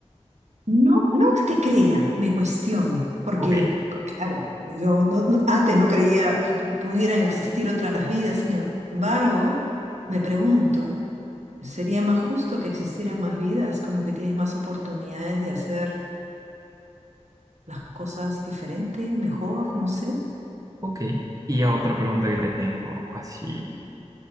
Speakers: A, on the right (about 75°); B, on the right (about 30°).
A: No, no es que crea, me cuestiono, porque
B: Ok,
A: claro, yo no- no- antes no creía que pu- pudieran existir otras vidas, sin embargo, me pregunto, ¿sería más justo que existieran más vidas? Como que tienes más oportunidades de hacer las cosas diferente, mejor, no sé.
B: ok. Y a otra pregunta que te tengo, así